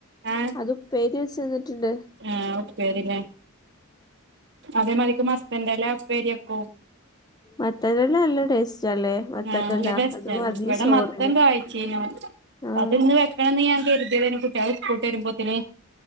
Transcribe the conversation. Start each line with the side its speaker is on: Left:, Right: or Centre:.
Right: ആ
Left: അത് ഉപ്പെരി വെച്ച്ന്നിട്ട്ണ്ട്.
Right: ആ ഉപ്പേരില്ലേ അതേ മരിക്ക് മസ്തെന്റെല ഉപ്പേരി എക്കും.
Left: മത്തലെല്ലാ നല്ലാം ടേസ്റ്റ് അല്ലേ? മത്തന്റെല
Right: ആ നല്ല ടെസ്റ്റ്ണ്
Left: അത് മതി
Right: ഇവിടെ
Left: ചോറിന്
Right: മത്തം കാഴ്ച്ചേനോ
Left: ആഹ്
Right: അതൊന്ന് വെ വെക്കാണെന്ന് ഞാൻ കരുതിയത്യ്നു കുട്ടിയേള് സ്കൂൾട്ട് വരുമ്പോതിന്